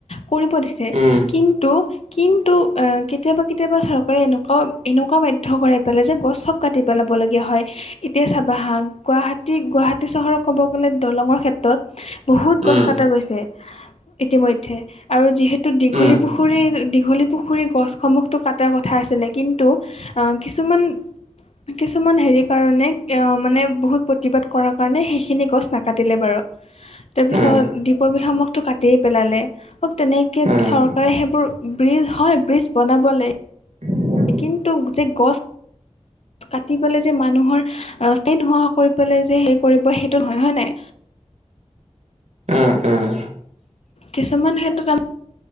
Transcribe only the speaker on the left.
কৰিব দিছে
কিন্তু কিন্তু- এ কেতিয়াবা কেতিয়াবা চৰকাৰে এনেকুৱা এনেকুৱা বাধ্য কৰাই পেলাই যে গছ চব কাটি পেলাবলগীয়া হয়। এতিয়া চাবা হাঁ গুৱাহাটী গুৱাহাটী চহৰক ক'ব গলে দলংৰ ক্ষেত্ৰত বহুত
গছ
কটা গৈছে ইতিমধ্য আৰু যিহেতু- দীঘলী
পুখুৰী-দীঘলী পুখুৰীৰ গছসমূহটো কাট টা কথা আছিলে কিন্তু কিছুমান কিছুমান হেৰি কাৰণে মানে বহুত প্ৰতিবাদ কৰাৰ কাৰণে সেইখিনি গছ- নাকাটিলে বাৰু তাৰপিছত
দীপৰ বিল সন্মুখতো কাটিয়েই পেলালে। হক তেনেকে
চৰকাৰে সেইবোৰ ব্ৰিজ হয় ব্ৰিজ বনাব লাগে।
কিন্তু যে গছ কাটি পেলাই যে মানুহৰ- স্তাই নোহোৱা কৰি পেলাই যে সেই কৰিব সেইটো নহয়, হয় নাই।
কিছুমান ক্ষেত্ৰত আ-